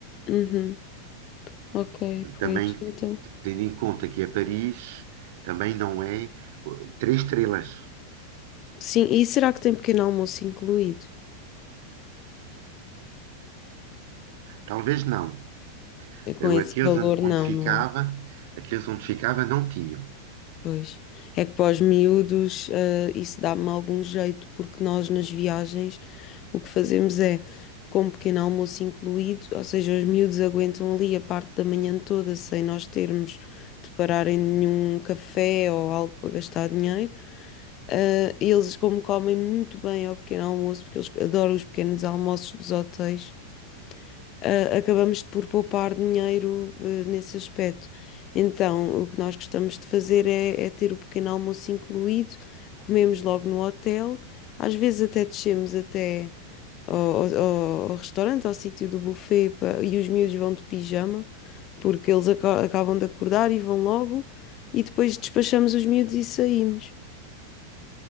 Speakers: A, on the left; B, on the right.
A: Uhum. Ok, pois
B: Também,
A: então.
B: tendo em conta que é Paris, também não é eh, três estrelas.
A: Sim, e será que tem pequeno almoço incluído?
B: Talvez não.
A: É Com
B: Eu,
A: esse
B: aqueles
A: valor,
B: onde onde
A: não,
B: ficava,
A: não é?
B: aqueles onde ficava não tinham.
A: Pois. É que para os miúdos, eh, isso dá-me algum jeito, porque nós nas viagens o que fazemos é, com um pequeno almoço incluído, ou seja, os miúdos aguentam ali a parte da manhã toda sem nós termos de parar em nenhum café ou algo para gastar dinheiro. Eh, eles, como comem muito bem ao pequeno almoço, porque eles adoram os pequenos almoços dos hotéis ah, acabamos por poupar dinheiro, eh, nesse aspecto. Então, o que nós gostamos de fazer é, é ter o pequeno almoço incluído, comemos logo no hotel, às vezes até descemos até ao, ao- ao- ao restaurante, ao sítio do buffet, pa- e os miúdos vão de pijama, porque eles aca- acabam de acordar e vão logo, e depois despachamos os miúdos e saímos.